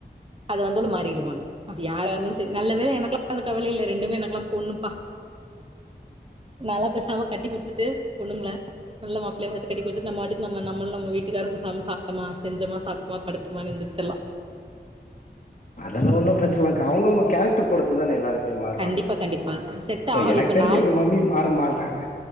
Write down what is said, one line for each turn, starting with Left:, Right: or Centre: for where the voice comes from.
Right: அது வந்தாலு மாறிருவாங் அது யாரா இருந்தாலு செரி நல்ல வேல எனக்லா அந்த கவலே இல்ல ரெண்டுமே எனக்லா பொண்ணுப்பா நல்லா பேஸ் நம்ம கட்டி குடுத்துட்டு பொண்ணுங்கள நல்ல மாப்ளையா பாத்து கட்டி குடுத்துட்டு நம்ம பாட்டுக் நம்மள் நம்ம வீட்டுக்காரும் பேசாம சாப்ட்டமா செஞ்சமா சாப்ட்டமா படுத்தமானு இருந்துச் செல்லா
Left: அதெல்லா ஒன்னு பிரச்சன இல்லக்கா அவங்கவுங்க கேரக்டர் பொருத்துதானே எல்லாரு மே மாறுவாங்க
Right: கண்டிப்பா கண்டிப்பா செட்
Left: சோ
Right: ஆகணும்
Left: எனக்
Right: இப்ப
Left: தெரிஞ்சு
Right: நான்
Left: எங்க மம்மி மாற மாட்டாங்க